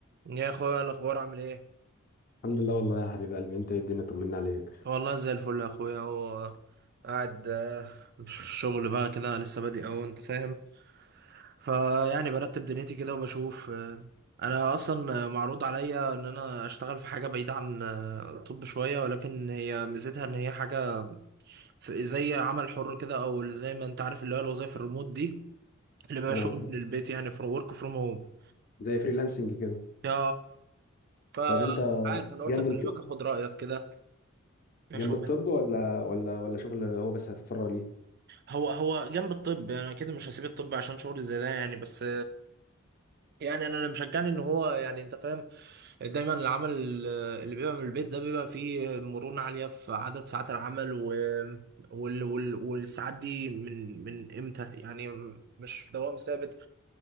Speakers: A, on the right (about 50°); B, on the left (about 45°).
A: يا اخويا الاخبار عامل ايه
B: الحمد لله والله يا حبيب قلبي انت ايه الدنيا طمنا عليك
A: والله زي الفل يا اخويا هو قاعد آه، مش في الشغل بقى كده لسه بادئ اهو انت فاهم فيعني برتب دنيتي كده وبشوف آه، انا اصلا آه، معروض عليا ان انا اشتغل في حاجه بعيده عن آه، الطب شويه ولكن هي ميزتها ان هي حاجه في زي عمل حر كده او زي ما انت عارف اللي هو الوظايف الريموت دي اللي بقى
B: اه
A: شغل من البيت يعني فروم ورك فروم هوم
B: زي فريلانسنج كده
A: يا فمش
B: طب انت
A: عارف انا قلت
B: جنب
A: اكلمك
B: الط...
A: اخد رايك كده اشوف
B: جنب الطب ولا ولا ولا شغل هو بس هتتفرغ ليه
A: هو هو جنب الطب انا كده مش هسيب الطب عشان شغلي زي ده يعني بس يعني انا انا مشجعني ان هو يعني انت فاهم دايما العمل اللي بيبقى من البيت ده بيبقى فيه مرونة عالية في عدد ساعات العمل و... وال... وال... والساعات دي من من امتى يعني مش دوام ثابت